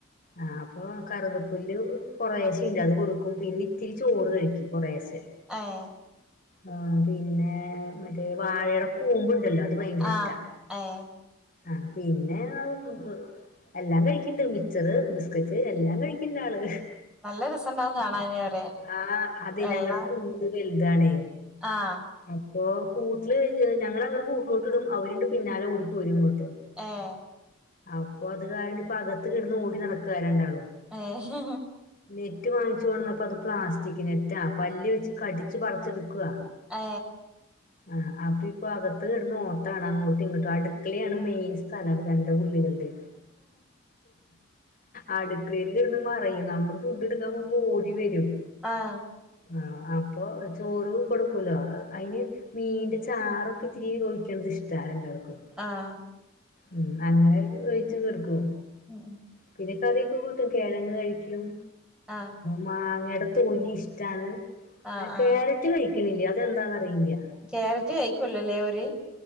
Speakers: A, on the left (about 40°); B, in the centre.
A: ആ ഹ് അപ്പൊ കറുകപ്പുല്ല് കൊറെ ശെ ണ്ട് അത് കൊടുക്കും. പിന്നെ ഇത്തിരി ചോറ് കഴിക്കും കുറേശെ.
B: ആഹ്.
A: ആ പിന്നെ മറ്റേ വാഴയുടെ കൂമ്പ് ണ്ടല്ലോ. അത് ഭയങ്കര
B: ആഹ്
A: ഇഷ്ടാ
B: ഏഹ്
A: ആ പിന്നെ അ ഹ് ന്ന് എല്ലാം കഴിക്ക്ണ്ട് മിച്ചർ ബിസ്കറ്റ് എല്ലാം കഴിക്കിണ്ട് ആള്.
B: നല്ല റസണ്ടാവും കാണാന് അവരെ
A: ആഹ് അതെ
B: വെള്ള
A: ഞങ്ങളടെ കൂട് വല്താണേ.
B: ആഹ്
A: അപ്പൊ കൂട്ടില് ഞങ്ങ അങ്ങോട് കൂട്ടിലോട്ട് ഇടും അവരുണ്ട് പിന്നാലെ ഓടി പ്പോര്ങ്ങോട്ട്
B: ഏഹ്
A: അപ്പൊ അത് കാരണം ഇപ്പ അകത്ത് കിടന്ന് ഓടി നടകാ രണ്ടാളും.
B: ഏഹ്
A: നെറ്റ് വാങ്ങിച്ചു കൊണ്ടന്നപ്പോ അത് പ്ലാസ്റ്റിക് നെറ്റാ പല്ല് വെച്ച് കടിച്ച് പറച്ചെടുക്കാ
B: ഏ
A: ആ ഹ് അപ്പൊ ഇപ്പൊ അകത്ത് കിടുന്ന് ഓട്ടമാണ് അങ്ങോട്ടും ഇങ്ങോട്ടും അടുക്കളയാണ് മെയിൻ സ്ഥലം രണ്ട് പുള്ളികളുടെ. അടുക്കളയിൽ കിടന്ന് മറയും നമ്മള് ഫുഡ് എടുക്കാൻ പോകുമ്പോ ഓടി വരും.
B: ആഹ്.
A: ആഹ് അപ്പൊ ചോറ് കൊടുക്കൂല്ലോ അയിന് മീന്റെ ചാറ് ക്കെ ഇത്തിരി ഒഴിക്കണത്ഇഷ്ടാ രണ്ടാൾക്കും
B: ആഹ്
A: ഉം അങ്ങനെ ഒഴിച്ചു കൊടുക്കും
B: ഉം
A: പിന്നെ കറിയൊക്കെ കൂട്ടും കിഴങ്ങ് കഴിക്കും
B: ആഹ്
A: മാങ്ങയുടെ തൊലി ഇഷ്ടാണ്
B: ആഹ്
A: അത് കേര
B: ആഹ്
A: റ്റ് കഴിക്ക്ണില്ല അതെന്താന്നറിയില്ല
B: ക്യാരറ്റ് കയിക്കുല്ലല്ലേ ഓര്